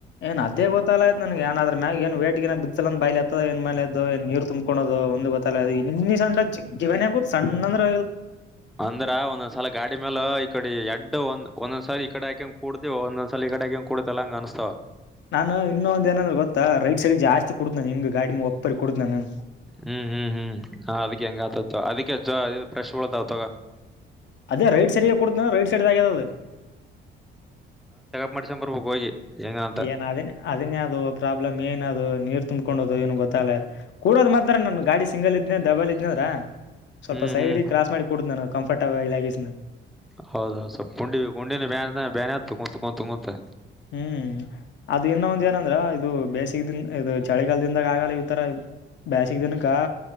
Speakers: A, on the left (about 65°); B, in the centre.
A: ಏನ್ ಅದೇ ಗೊತ್ತಲಯ್ತ ನನಗ ಅದರ ಮ್ಯಾಗ ಏನ ವೇಟ್ ಗೇನ್ ಬಿಚ್ಚಲ ಅಂತ ಬೈಲತ್ತದ ಏ ಮಾಡಲತ್ತದ ಅದು ಏ ನೀರ ತುಂಬಕೊನೋದು ಒಂದು ಗೊತ್ತಾಲದ ಇನ್ನ ಸಣ್ಣ ಜೀವನ ಆಗ್ಬಹುದು ಸಣ್ಣ ಅಂದ್ರ
B: ಅಂದ್ರ ಒಂದೊಂದ್ಸಲ ಗಾಡಿ ಮೇಾಲ ಈಕಡೆ ಎಡ್ ಒಂದ್ ಒಂದೊಂದ್ಸರಿ ಈ ಕಡೆ ಹಾಕಂಗ ಕೂಡ್ತಿವ ಒಂದೊಂದ್ಸಲ ಈಕಡೆ ಗೆನ ಕೊಡತಲ್ಲ ಹಾಂಗ ಅನಸತಾವ
A: ನಾನು ಇನ್ನೊಂದ ಏನಂದ್ರೆ ಗೊತ್ತಾ ರೈಟ್ ಸೈಡ್ ಜಾಸ್ತಿ ಕುಡತ ಹಿಂಗ್ ಗಾಡಿ ಒಪ್ಪರಿಗೆ ಕುಡತ ನಾನ
B: ಹು ಹು ಹು ಅದಕ್ಕೆ ಹಂಗಾಯ್ತ ಅಂತ ಅದಕ್ಕೆ ಅಜ್ಜ ಫ್ರೆಶ್ ಹೋಳದ ತೋಗ
A: ಅದೇ ರೈಟ್ ಸರಿಯಾಗಿ ಕೊಡತ ರೈಟ್ ಸರಿಯಾಗೋದದ
B: ಮಾಡಿಸಿಕೊಂಡು ಬರಬೇಕು ಹೋಗಿ ಹೆಂಗಂತ
A: ಏನ್ ಅದನ್ನ ಅದನ್ನ ಯಾದೂ ಪ್ರಾಬ್ಲಮ್ ಏನ ಅದು ನೀರ ತುಂಬಕೊಂಡೋದು ಏನ ಗೊತ್ತಾಗಲಾರ ಕೂಡದ ಮಾತ್ರ ನನ್ನ ಗಾಡಿ ಸಿಂಗಲ್ ಇದ್ನನೆ ಡಬಲ್ ಇದ್ನಂದ್ರ ಸ್ವಲ್ಪ
B: ಹ್ಮ್
A: ಸೈಡ್
B: ಹ್ಮ್
A: ಕ್ರಸ್ ಮಾಡಿ ಕೊಡುದ ನಾನು ಕಂಫರ್ಟ್ ಇಳಿಯಾಕ್ ಈಸಿ
B: ಹೌದು ಹೌದು ಸ್ವಲ್ಪ ಕುಂಡಿ ಕುಂಡಿ ನೋ ಬ್ಯಾನತ ಕುಂತ ಕುಂತ ಕುಂತ
A: ಹು ಅದು ಇನ್ನೊಂದ ಏನಂದ್ರ ಇದು ಬೇಸ- ಇರುವುದರಿಂದ ಇದು ಚಳಿಗಾಲದಿಂದಾಗ ಆಗಲ್ಲ ಇವತರ ಬೇಸಿಗ ದಿನಕ್ಕ